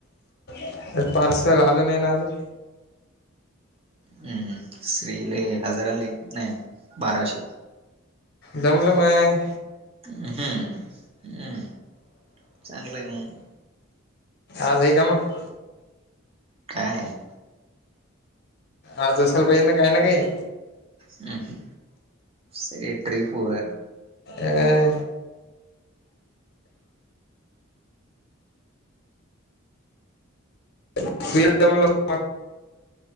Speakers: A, on the left; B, on the right.
A: अर.. पार्सल आलं नाही ना अजून,
B: हम्म.. श्रीले हजारले नाही बाराशे.
A: दमलं माय.
B: हम् अम्म चांगले मग.
A: आले का मगं.
B: काय?
A: आज असाल पाहिजे ना, काय ना काही
B: हम्, सगळी ट्रिप वर.
A: अ अ वम <unintelligible>